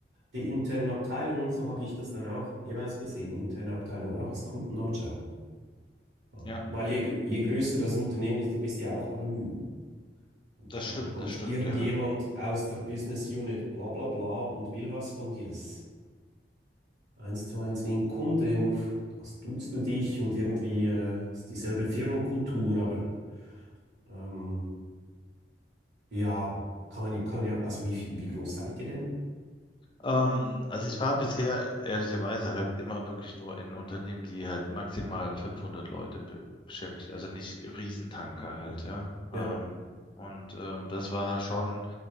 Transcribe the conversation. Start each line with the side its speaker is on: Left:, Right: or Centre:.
Right: die internen Abteilungen, so habe ich das dann auch jeweils gesehen, interne Abteilungen auch als Kunden anschauen. Ja.
Left: Ja,
Right: Weil je, gr- je größer das Unternehmen ist, da bist du ja auch anonym. Und
Left: das
Right: dann
Left: stimmt,
Right: kommt
Left: das stimmt,
Right: irgendjemand
Left: ja.
Right: aus der Business Unit bla bla bla und will was von dir. Das ist eins zu eins wie ein Kunde, nur das duzt du dich und irgendwie äh, ist dieselbe Firmenkultur, aber ähm, ja, kann man, ja- kann man ja, also wie, viel- wie groß seid ihr denn?
Left: Ähm, also ich war bisher ehrlicherweise halt immer wirklich nur in Unternehmen, die halt maximal 500 Leute be beschäftigt, also nicht Riesentanker halt, ja.
Right: Ja.
Left: Ähm, und ähm, das war schon,